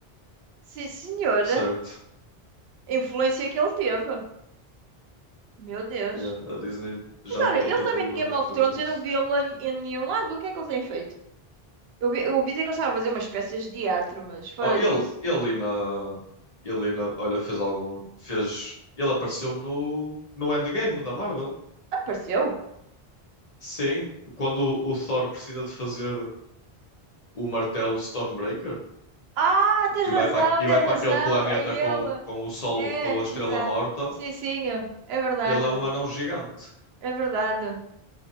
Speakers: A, on the right; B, on the left.
A: Sim, senhora.
B: certo?
A: A influência que ele teve. Meu Deus.
B: Yeah, a Disney já
A: Mas
B: não
A: olha,
B: contratou
A: ele também
B: os
A: de
B: anões
A: Game of
B: por causa
A: Thrones, eu
B: disso.
A: não vi ele em em nenhum lado. O que é que ele tem feito? Eu vi- eu ouvi dizer que ele estava a fazer umas peças de teatro, mas fora
B: Oh, ele,
A: disso,
B: ele na, ele na, olha, fez algum, fez, ele apareceu no, no Endgame da Marvel.
A: apareceu.
B: Sim, quando o, o Thor precisa de fazer o martelo Stormbreaker
A: Ah, tens
B: e
A: razão,
B: vai para, e
A: tens
B: vai
A: razão.
B: para aquele planeta
A: É ele.
B: com, o- com o sol,
A: É,
B: com a estrela
A: exato.
B: morta,
A: Sim, sim, é é verdade.
B: ele é um anão gigante.
A: É verdade.